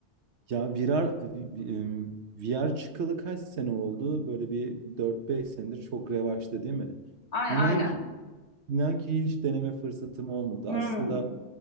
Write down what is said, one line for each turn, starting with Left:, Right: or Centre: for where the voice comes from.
Right: Ya VR, em, VR çıkalı kaç sene oldu? Böyle bir dört beş senedir çok revaçta değil mi?
Left: Aynen
Right: İnan
Left: aynen.
Right: ki, inan ki hiç deneme fırsatım olmadı.
Left: Hmm.
Right: Aslında